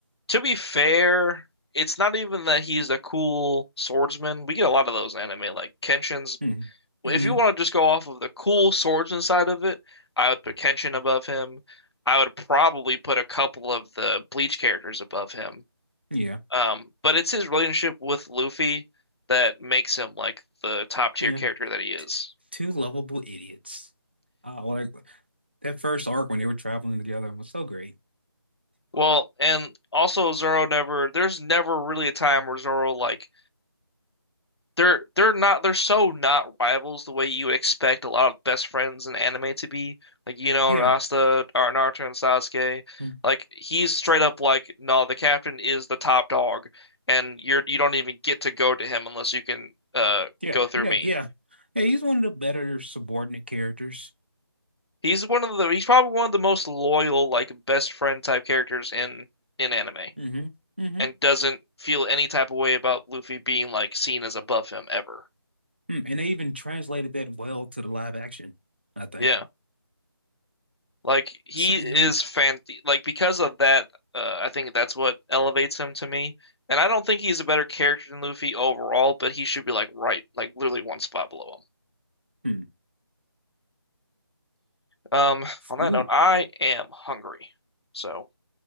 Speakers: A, on the left; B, on the right.
A: To be fair, it's not even that he's a cool swordsman. We get a lot of those in anime, like Kenshin's
B: <laughs> hmm
A: Well,
B: hmm
A: if you want to just go off of the cool swordsman side of it, I would put Kenshin above him. I would probably put a couple of the Bleach characters above him.
B: Yeah.
A: Um, but it's his relationship with Luffy that makes him like the top tier
B: Yeah.
A: character that he is.
B: Two lovable idiots. Oh, well, like that first arc when they were traveling together was so great.
A: Well, and also Zoro never, there's never really a time where Zoro like they're they're not they're so not rivals the way you would expect a lot of best friends in anime to be. Like Yuno
B: Yeah.
A: and Asta or Naruto and Sasuke.
B: Mm.
A: Like he's straight up like, no, the captain is the top dog and you're you don't even get to go to him unless you can uh
B: Yeah.
A: go through
B: Yeah.
A: me.
B: Yeah. Yeah. He's one of the better subordinate characters.
A: He's one of the he's probably one of the most loyal, like best friend type characters in in anime
B: hmm hmm
A: and doesn't feel any type of way about Luffy being like seen as above him ever.
B: Mm, And they even translated that well to the live action, I think.
A: Yeah. Like he
B: So. Mm-hmm.
A: is fan like because of that, uh, I think that's what elevates him to me. And I don't think he's a better character than Luffy overall, but he should be like right, like literally one spot below
B: Mm.
A: him. Um, on that
B: Ooh.
A: note, I am hungry, so